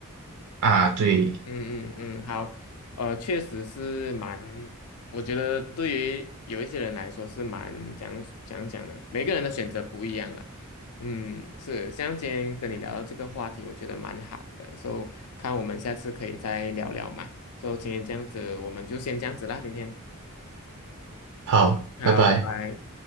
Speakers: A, on the right; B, on the left.
A: 啊。对，
B: 嗯嗯嗯，好，呃，确实是蛮，我觉得对于有一些人来说是蛮讲讲讲的，每个人的选择不一样了。嗯，是，像今天跟你聊到这个话题，我觉得蛮好的，所以看我们下次可以再聊聊嘛。所以今天这样子，我们就先这样子啦，今天。
A: 好，
B: 好，
A: 拜拜。
B: 拜拜。